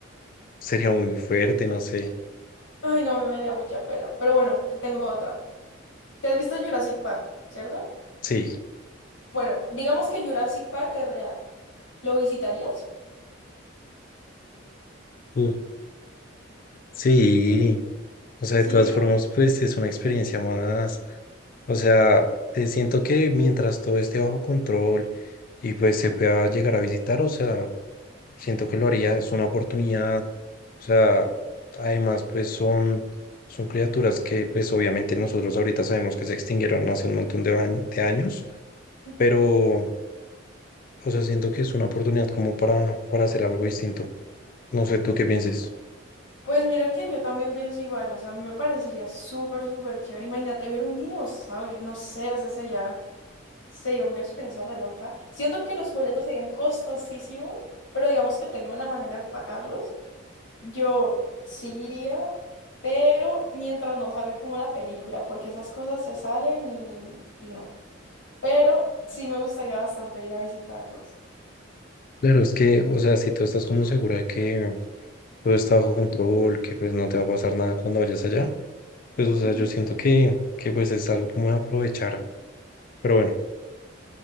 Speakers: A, on the left; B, on the left.
A: sería muy fuerte, no sé.
B: <laughs> Ay, no, a mí me daría mucha pena. Pero bueno, te tengo otra. ¿Te has visto Jurassic Park, cierto?
A: Sí.
B: Bueno, digamos que Jurassic Park es real. ¿Lo visitarías?
A: Uh, Sí. O sea,
B: ¿Sí
A: de todas
B: iría?
A: formas, pues es una experiencia más. O sea, te siento que mientras todo esté bajo control y pues se pueda llegar a visitar, o sea. Siento que lo haría, es una oportunidad. O sea, además, pues son, son criaturas que, pues obviamente nosotros ahorita sabemos que se extinguieron hace un montón de, año- de años,
B: Ujú.
A: pero, o sea, siento que es una oportunidad como para, para hacer algo distinto. No sé tú qué pienses.
B: Pues mira que yo también pienso igual, o sea, a mí me parecería súper, súper chévere. Imagínate ver un dinosaurio, no sé, o sea, sería, sería una experiencia re loca. Siento que los boletos serían costosísimos, pero digamos que tengo la manera de pagarlos. Yo sí iría, pero mientras no salga como la película, porque esas cosas se salen y, y no. Pero sí me gustaría bastante ir a visitarlos.
A: Claro, es que, o sea, si tú estás como segura de que todo está bajo control, que pues no te va a pasar nada cuando vayas allá, pues, o sea,
B: Ujú.
A: yo siento que, que pues es algo como de aprovechar. Pero bueno,